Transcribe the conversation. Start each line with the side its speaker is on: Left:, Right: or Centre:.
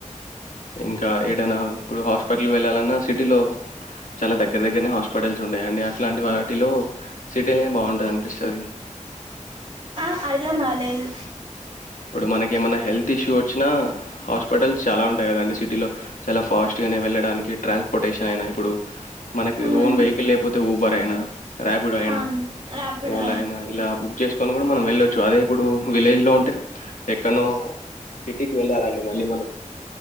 Left: ఇంకా ఏదైనా ఇప్పుడు హాస్పిటల్కి వెళ్ళాలన్నా సిటీలో చాలా దగ్గర దగ్గరనే హాస్పిటల్స్ ఉంటయండి అట్లాంటి వాటిలో సిటీనే బాగుంటది అనిపిస్తది
Right: ఆ అర్థం కాలేదు
Left: ఇప్పుడు మనకి ఏమైనా హెల్త్ ఇష్యూ వచ్చినా హాస్పిటల్స్ చాలా ఉం అంతే కదండి సిటీలో చాలా ఫాస్ట్ గానే వెళ్ళడానికి ట్రాన్స్పోర్టేషన్ అయినా ఇప్పుడు మనకి
Right: ఉమ్
Left: ఓన్ వెహికల్ లేకపోతే ఊబర్ అయినా ర్యాపిడో అయినా
Right: అవును ర్యాపిడో
Left: ఓలా అయినా ఇలా బుక్ చేసుకొని కూడా మనం వెళ్ళొచ్చు అదే ఇప్పుడు విలేజ్ లో ఉంటే ఎక్కనో సిటీకి వెళ్ళాలండి మళ్ళీ మనం